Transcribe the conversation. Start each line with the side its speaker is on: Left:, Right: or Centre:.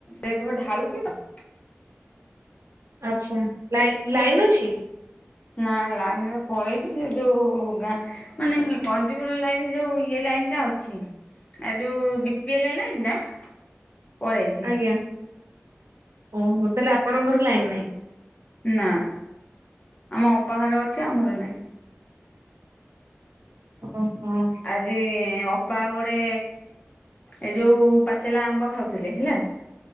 Left: ମେଘ ଢାଳୁଚି ତ।
Right: ଆଚ୍ଛା ଲାଇନ୍ ଲାଇନ୍ ଅଛି?
Left: ନା ଲାଇନବା ପଳେଇଚି ସେ ଯୋଉ ଗାଁ ମାନେ କଞ୍ଜିବର ଲାଇନ ଯୋଉ ଇଏ ଲାଇନ ଟା ଅଛି। ଆ ଯୋଉ ବିପିଏଲ ଲାଇନ୍ ଟା ପଳେଇଛି
Right: ଆଜ୍ଞା ଓହୋ ତାଲେ ଆପଣଙ୍କର ଲାଇନ ନାହିଁ।
Left: ନା ଆମ ଅପା ଘର ଅଛି ଆମର ନାଇଁ।
Right: ଓ ହୋ।
Left: ଯେ ଅପା ଗୋଟେ ଏ ଯୋଉ ପାଚେଲା ଆମ୍ବ ଖାଉଥିଲେ ହେଲା।